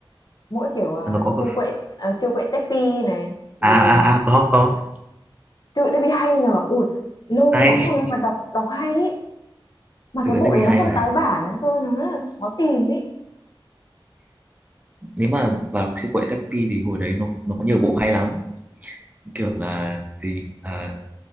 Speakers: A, on the left (about 45°); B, on the right (about 15°).
A: mỗi kiểu ờ,
B: nó có
A: siêu
B: cả
A: quệ ờ, siêu quệ Teppy này rồi
B: à à à có có
A: siêu quệ Teppy hay nhờ ui lâu
B: hay
A: lắm rồi mà đọc đọc hay ấy mà
B: thực
A: cái
B: ra
A: bộ
B: cái gì
A: này
B: hay
A: nó không
B: mà
A: tái bản cơ nó rất là khó tìm ấy
B: nếu mà vào siêu quậy Tappy thì hồi đấy nó nó có nhiều bộ hay lắm kiểu là gì à,